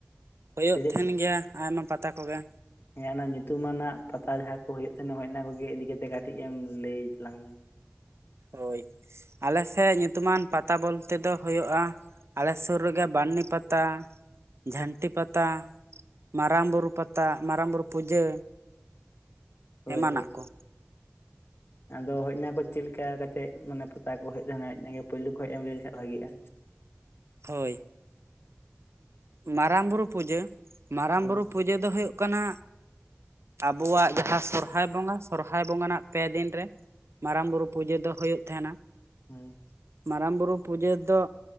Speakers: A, on the right; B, on the left.
A: ᱦᱳᱭᱳᱜ
B: ᱥᱮ ᱪᱮᱫ
A: ᱛᱟᱦᱮᱱ ᱜᱮᱭᱟ, ᱟᱭᱢᱟ ᱯᱟᱛᱟ ᱠᱚᱜᱮ᱾
B: ᱦᱮᱸ ᱚᱱᱟ ᱧᱩᱛᱩᱢ ᱟᱱᱟᱜ ᱯᱟᱛᱟ ᱡᱟᱸᱦᱟ ᱠᱚ ᱦᱳᱭᱳᱜ ᱛᱟᱦᱮᱸᱱᱟ ᱚᱱᱟ ᱠᱚᱜᱮ ᱤᱫᱤ ᱠᱟᱛᱮᱜ ᱠᱟᱹᱴᱤᱡ ᱮᱢ ᱞᱟᱹᱭ ᱛᱟᱞᱟᱝ ᱢᱮ᱾
A: ᱦᱳᱭ ᱟᱞᱮ ᱥᱮᱫ ᱧᱩᱛᱩᱢ ᱟᱱ ᱯᱟᱛᱟ ᱵᱚᱞ ᱛᱮ ᱫᱚ ᱦᱳᱭᱳᱜᱼᱟ, ᱟᱞᱮ ᱥᱩᱨ ᱨᱮᱜᱮ ᱵᱟᱹᱱᱤ ᱯᱟᱛᱟ ᱡᱷᱟᱹᱱᱴᱤ ᱯᱟᱛᱟ ᱢᱟᱨᱟᱝ ᱵᱩᱨᱩ ᱯᱟᱛᱟ ᱢᱟᱨᱟᱝ ᱵᱩᱨᱩ ᱯᱩᱡᱟᱹ᱾
B: ᱦᱳᱭ
A: ᱮᱢᱟᱱᱟᱜ
B: ᱦᱳᱭ
A: ᱠᱚ
B: ᱟᱫᱚ ᱦᱮᱡ ᱮᱱᱟᱠᱚ ᱪᱮᱫ ᱞᱮᱠᱟ ᱠᱟᱛᱮᱫ ᱢᱟᱱᱮ ᱯᱚᱛᱟ ᱠᱚ ᱦᱩᱭᱩᱜ ᱛᱟᱦᱮᱱᱟ ᱯᱳᱭᱞᱳ ᱠᱷᱚᱡ ᱮᱢ ᱞᱟᱹᱭ ᱞᱮᱠᱷᱟᱱ ᱵᱷᱟᱜᱤᱜ-ᱟ
A: ᱦᱳᱭ ᱢᱟᱨᱟᱝ ᱵᱩᱨᱩ ᱯᱩᱡᱟᱹ ᱢᱟᱨᱟᱝ
B: ᱦᱳᱭ
A: ᱵᱩᱨᱩ ᱯᱩᱡᱟᱹ ᱫᱚ ᱦᱩᱭᱩᱜ ᱠᱟᱱᱟ ᱟᱵᱚᱣᱟᱜ ᱡᱟᱦᱟᱸ ᱥᱚᱨᱦᱟᱭ ᱵᱚᱸᱜᱟ ᱥᱚᱨᱦᱟᱭ ᱵᱚᱸᱜᱟ ᱨᱮᱱᱟᱜ ᱯᱮ ᱫᱤᱱ ᱨᱮ ᱢᱟᱨᱟᱝ ᱵᱩᱨᱩ ᱯᱩᱡᱟᱹ ᱫᱚ ᱦᱩᱭᱩᱜ ᱛᱟᱦᱮᱱᱟ
B: ᱦᱳᱭ
A: ᱢᱟᱨᱟᱝ ᱵᱩᱨᱩ ᱯᱩᱡᱟᱹ ᱨᱮ ᱫᱚ